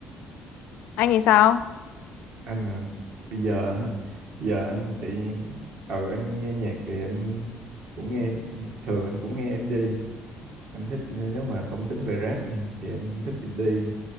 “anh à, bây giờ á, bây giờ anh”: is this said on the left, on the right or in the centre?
Right